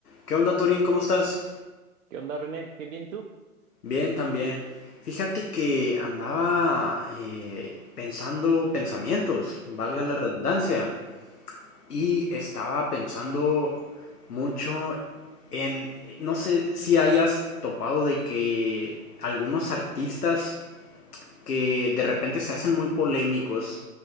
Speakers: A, on the left; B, on the right.
A: ¿Qué onda, Torín? ¿Cómo estás?
B: ¿Qué onda, René? ¿Bien, bien? ¿Y tú?
A: Bien, también. Fíjate que andaba eh, pensando pensamientos, valga
B: Ajá.
A: la redundancia, y estaba pensando mucho en, no sé si hayas topado de que algunos artistas que de repente se hacen muy polémicos